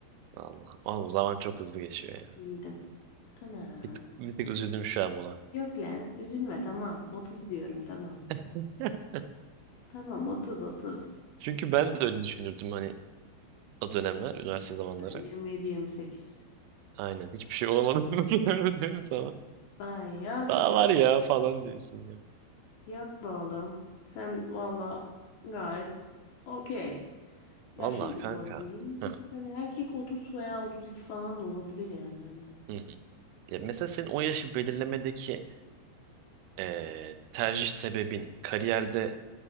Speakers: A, on the right (about 90°); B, on the left (about 70°).
A: Allah. Oğlum zaman çok hızlı geçiyor ya.
B: Bildim. Anam.
A: Bir tık, bir tık üzüldüm şu an buna.
B: Yok lan. Üzülme tamam. 30 diyorum tamam.
A: <laughs>
B: Tamam 30 30.
A: Çünkü ben de öyle düşünürdüm hani o dönemler, üniversite zamanları.
B: Ha, 27 28.
A: Aynen. Hiçbir şey olamadım <laughs> böyle diyorum sana.
B: Ben yok.
A: Daha var ya falan diyorsun ya.
B: Yok be oğlum. Sen valla gayet okey. Ya
A: Vallahi
B: şöyle
A: kanka.
B: bu arada 28'den
A: Heh,
B: erkek 30 veya 32 falan da olabilir yani hani.
A: hı hı. Ya mesela senin o yaşı belirlemedeki eee, tercih sebebin kariyerde